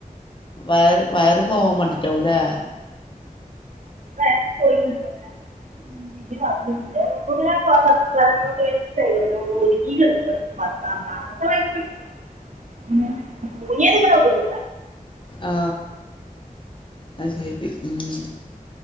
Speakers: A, on the left; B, on the right.
A: വയറ് വയറ് പോവാമാണ്ടിട്ടാവുംലെ
B: <unintelligible> <unintelligible> ഒതുങ്ങീക്ണ അന്നത്തെമാതിരി <unintelligible>
A: ആ അ ശെരി മ്